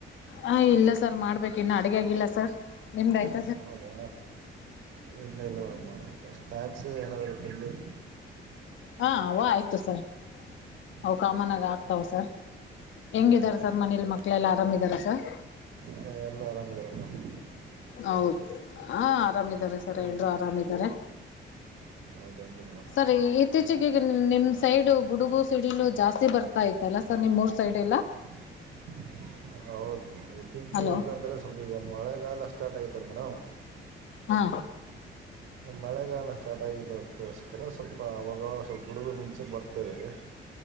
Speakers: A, on the left; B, on the right.
A: ಹಾ ಇಲ್ಲ ಸರ್ ಮಾಡ್ಬೇಕು ಇನ್ನು ಅಡಿಗೆ ಆಗಿಲ್ಲ ಸರ್ ನಿಮ್ದಾಯ್ತು
B: ಹೌದಾ ಎನ್ನ ಇಲ್ಲ ಮೇಡಮ್ ಸ್ನಾಕ್ಸು ಏನಾದರು ತಿಂಡಿ
A: ಹಾ ಅವ ಆಯ್ತು ಸರ್ ಅವು
B: ಆಯಿತಾ
A: ಕಾಮನ್ ಆಗ ಆಗ್ತಾವ ಸರ್ ಹೆಂಗಿದಾರ
B: ಹಾಂ
A: ಸರ್ ಮನೇಲಿ ಮಕ್ಳೆಲ್ಲ ಆರಾಮಿದಾರ ಸರ್
B: ಹ ಎಲ್ಲ ಆರಾಮಿದರ ಬೀಡು
A: ಹೌದು ಹಾ ಆರಾಮಿದ್ದಾರೆ ಸರ್
B: ಹಾಂ
A: ಎಲ್ರು ಆರಾಮಿದ್ದಾರೆ
B: ಹೌದೇನು ರೀ ಮೇಡಮ್
A: ಸರಿ ಇತ್ತೀಚಗ ಈಗ ನಿಮ್ ಸೈಡ್ ಗುಡುಗು ಸಿಡಿಲು ಜಾಸ್ತಿ ಬರ್ತಾ ಇತ್ತಲ್ಲಾ ಸರ್ ನಿಮೂರ್ ಸೈಡ್ ಎರಡಿಲ
B: <inaudible> ಹೌದು ಇತ್ತೀಚಿಗೆ
A: ಹಲೋ
B: ಅಂತಂದ್ರೆ ಸ್ವಲ್ಪ ಈಗ ಮಳೆಗಾಲ ಸ್ಟಾರ್ಟ್ ಆಯತಲ್ ಮೇಡಮ್
A: ಹಾ
B: ಮಳೆಗಾಲ ಸ್ಟಾರ್ಟ ಆಗಿದ್ದದಕ್ಕೋಸ್ಕರ ಸ್ವಲ್ಪ ಆವಗವಾಗ ಸ್ವಲ್ಪ ಗುಡುಗು ಮಿಂಚು ಬರ್ತದೆ ರೀ